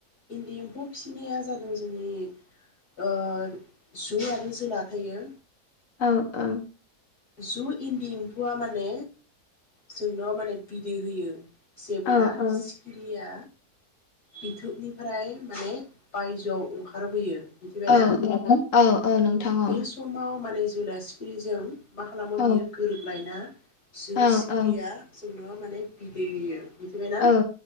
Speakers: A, on the left; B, on the left.
A: इन्दि एम्फौ फिसिनाया जादों जोंनि ओ जु आरो जोला थायो
B: औ औ
A: जु इन्दि एम्फौआ माने जोंनाव माने बिदै होयो जेबोला
B: औ औ ओ
A: सिखिरिया बिथुनिफ्राय माने बायजोआव अंखारबोयो। मिथिबायना
B: औ औ
A: <unintelligible>
B: औ नोंथां औ
A: बे समाव माने जोलाया सिखिरिजों मा खालामो
B: औ
A: बियो गोरोबलायना जो
B: औ
A: सिखिरिया
B: औ
A: जोंनो माने बिदै होयो। मिथिबायना
B: ओउ